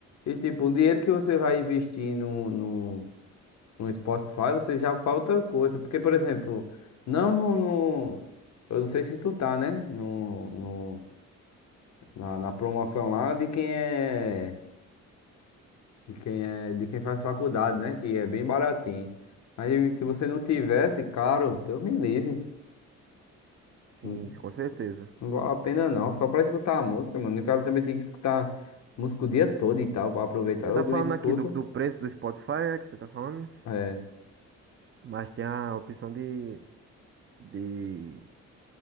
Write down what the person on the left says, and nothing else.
E, tipo, o dinheiro que você vai investir no, no, no Spotify, você já falta coisa. Porque, por exemplo, não no, no... Eu não sei se tu tá, né? No, no, na, na promoção lá de quem é... De quem é, de quem faz faculdade, né? Que é bem baratinho. Mas se você não tivesse, caro, Deus me livre.
Não
não vale a pena não. Só pra escutar a música, mano. E o cara também tem que escutar música o dia todo e tal, pra aproveitar.
Eu
dou
um escuto.
É.